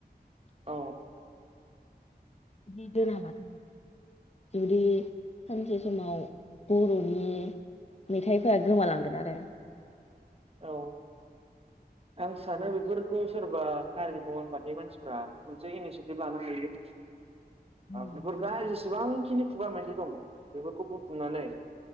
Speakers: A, on the right; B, on the left.
A: औ
B: बिदि दोनाबाथ जुदि सानसे समाव बरनि मेथाइफोरा गोमालांगोन आरो।
A: औ आं सानो बेफोरखौ सोरबा हारिमु आफादनि मानसिफ्रा मोनसे इनिसियेटिभ लानो हायो। <unintelligible>
B: उम लानो हायो
A: जेसेबांखिनि खुगा मेथाय दं बेफोरखौ बुथुमनानै